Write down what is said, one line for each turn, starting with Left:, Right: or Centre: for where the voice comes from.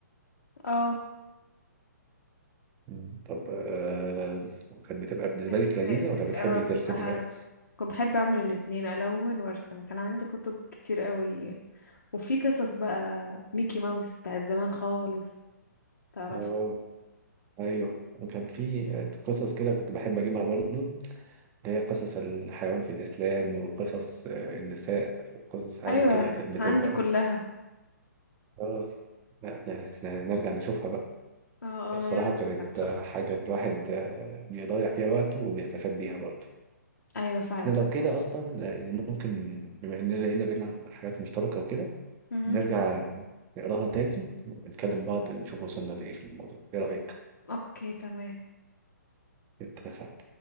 Left: اه
Right: مم. طب آه كانت بتبقى بالنسبه
Left: كنت
Right: لك لذيذه ولا
Left: تبقى
Right: بتحبي
Left: آه، بتبقى
Right: ترسمي
Left: حلوة
Right: بقى
Left: كنت بحب أعمل الاتنين ألون وأرسم كان عندي كتب كتير قوي وفي قصص بقى ميكي ماوس بتاعت زمان خالص تعرف
Right: اه ايوه وكان في قصص كده كنت بحب اجيبها برضو اللي هي قصص الحيوان في الاسلام وقصص آه، النساء وقصص حاجات
Left: ايوه
Right: كده كانت بتبقى
Left: عندي كلها
Right: اه لا يعني يعني نرجع نشوفها بقى
Left: اه
Right: بصراحة
Left: اه يعني
Right: كانت
Left: كان اشوفها
Right: آه، حاجة الواحد آه، بيضيع فيها وقته وبيستفاد بيها برضه
Left: ايوه فعلا
Right: احنا لو كده اصلا آه، يعني ممكن بما اننا لقينا بينا حاجات مشتركة وكده
Left: مهم.
Right: نرجع نقراها تاني ونكلم بعض نشوف وصلنا لإيه في الموضوع ايه رأيك؟
Left: اوكي تمام
Right: اتفقنا